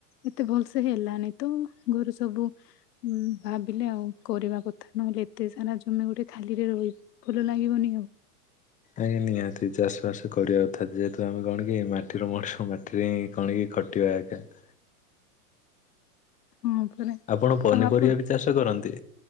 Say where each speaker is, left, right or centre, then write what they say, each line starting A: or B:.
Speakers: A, on the left; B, on the left.
A: ଏତେ ଭଲସେ ହେଲାନି ତ ଘରେ ସବୁ ହୁଁ ଭାବିଲେ ଆଉ କରିବା କଥା ନହେଲେ ଏତେ ସାରା ଜମି ଗୋଟେ ଖାଲିରେ ରହିବ ଫୁଲ ଲାଗିବନି କ
B: ଆଜ୍ଞା ନିହାତି ଚାଷ ବାସ କରିବା କଥା ଯେହେତୁ ଆମେ କଣ କି ମାଟିର ମଣିଷ ମାଟିରେ ହିଁ କଣ କି ଖ <unintelligible>
A: ହଁ ପରା
B: ଆପଣ ପନିପରିବା
A: ଆଉ ଆପଣ
B: ବି ଚାଷ କରନ୍ତି?